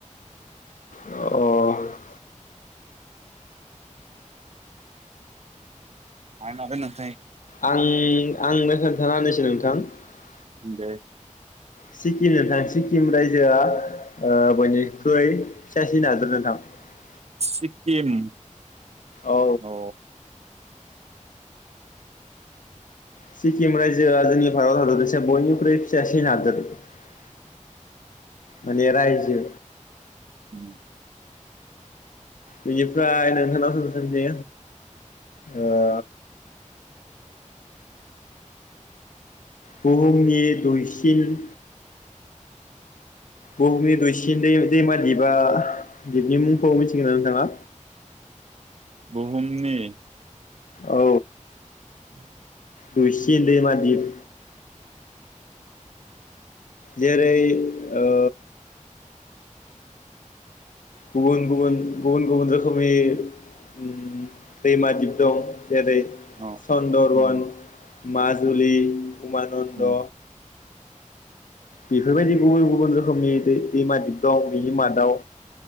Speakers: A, on the left; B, on the right.
A: <unintelligible>
B: <unintelligible>
A: आं। आंनो खोन्थाना होनिसै नोंथां‌ ।
B: दे।
A: सिक्किम नोंथां सिक्किम रायजोआ ओ बयनिख्रुइ फिसासिन हादोर नोंथां ।
B: सिक्किम।
A: औ।
B: अ
A: सिक्किम रायजोआ जोंनि भारत हादरनि <unintelligible> बयनिख्रुइ फिसासिन हादोर । मानि रायजो।
B: उं
A: बिनिफ्राय नोंथानाव सों सां दे ओ बुहुमनि दुइसिन। बुहुमनि दुइसिन दै-दैमा दिपआ दिपनि मुंखौ मिथिगौ ना नोंथाङा?
B: बुहुमनि
A: औ।
B: <unintelligible>
A: दुइसिन दैमा‌ दीप‌। जेरै ओ गुबुन गुबुन गुबुन गुबुन रोखोमनि उम दैमा दिप दं । जेरै
B: अ
A: सन्दरबन।
B: उम
A: माजुलि। उमानन्द।
B: उम
A: बेफोरबायदि गुबुन गुबुन रोखोमनि दै दैमा दिप दं बिनि मादाव